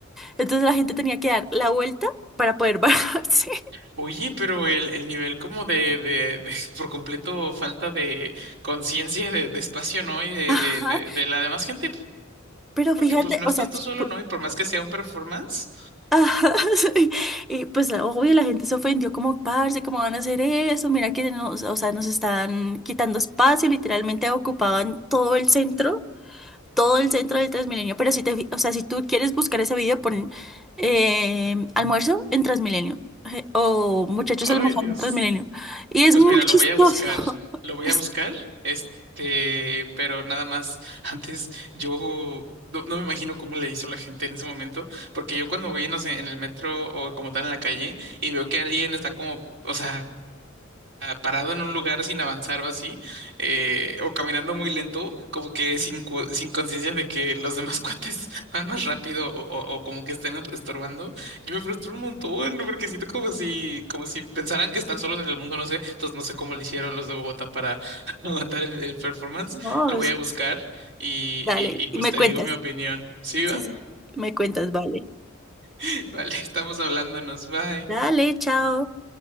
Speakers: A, in the centre; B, on the right.
A: Entonces la gente tenía que dar la vuelta para poder <laughs> bajarse.
B: Oye, pero el, el nivel como de, de, de- <laughs> por completo falta de conciencia de, de espacio, ¿no? Y de,
A: Ajá.
B: de, de, de la demás gente,
A: Pero
B: porque
A: fíjate,
B: pues no
A: o
B: estás
A: sea,
B: tú
A: si
B: solo,
A: tú-
B: ¿no? Y por más que sea un performance,
A: Ajá, <laughs> sí. Y pues obvio la gente se ofendió como, parce, ¿cómo van a hacer eso? Mira que nos, o sea, nos están quitando espacio, literalmente ocupaban todo el centro, todo el centro del Transmilenio. Pero si te, fi- o sea, si tú quieres buscar ese video, pon eh, almuerzo en Transmilenio eh, o muchachos
B: ay,
A: almorzando
B: Dios.
A: en Transmilenio. Y es
B: Pues
A: muy
B: mira, lo
A: chistoso.
B: voy a buscar,
A: <laughs>
B: lo voy
A: Es-
B: a buscar, este, pero nada más, <laughs> antes yo no, no me imagino cómo le hizo la gente en ese momento, porque yo cuando voy, no sé, en el metro o como tal en la calle y veo que alguien está como, o sea... ah, parado en un lugar sin avanzar o así, eh, o caminando muy lento, como que sin, cu- sin conciencia de que los demás <laughs> cuates van más rápido o, o- o como que están estorbando, yo me frustro un montón porque siento como si, como si pensaran que están solos en el mundo, no sé, entonces no sé cómo le hicieron los de Bogotá para <laughs> aguantar el, el performance,
A: no,
B: lo
A: es-
B: voy a buscar y,
A: dale,
B: y, y pues
A: y me
B: te
A: cuentas.
B: digo mi opinión, ¿sí va?
A: Sí, sí, me cuentas, vale.
B: <laughs> Vale, estamos hablándonos, bye.
A: Dale, chao.